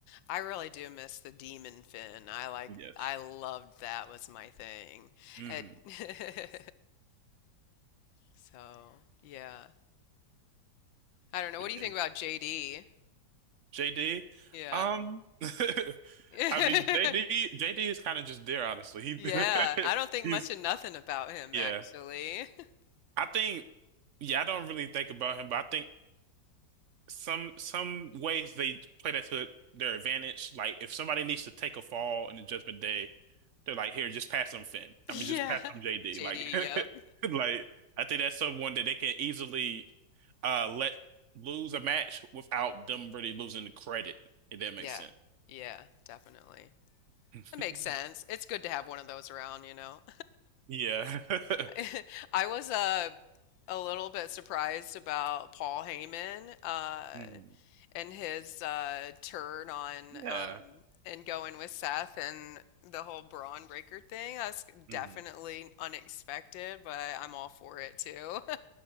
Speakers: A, on the left; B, on the right.
A: I really do miss the Demon Fin. I like
B: Yes.
A: I loved that was my thing.
B: Mm-hmm.
A: And <laughs> so, yeah. I don't know.
B: But
A: What do you
B: yeah,
A: think about JD?
B: JD,
A: Yeah.
B: um, <laughs>
A: <laughs>
B: I mean, JD, JD is kind of just there, honestly. He,
A: Yeah. I
B: <laughs>
A: don't think
B: he's,
A: much of nothing about him
B: yeah.
A: actually. <laughs>
B: I think. Yeah, I don't really think about him, but I think some some ways they play that to their advantage. Like if somebody needs to take a fall in the Judgment Day, they're like, here, just pass them Finn.
A: Yeah.
B: I mean, just pass them JD.
A: JD,
B: Like,
A: yep.
B: <laughs> like I think that's someone that they can easily uh let lose a match without them really losing the credit, if that makes
A: Yeah.
B: sense.
A: Yeah, definitely.
B: <laughs>
A: That makes sense. It's good to have one of those around, you know.
B: Yeah. <laughs>
A: <laughs> I was uh a little bit surprised about Paul Heyman uh,
B: Mhm.
A: and his uh, turn on
B: Yeah.
A: um, and going with Seth and the whole Braun Breaker thing. That's
B: Mhm.
A: definitely unexpected, but I'm all for it too. <laughs>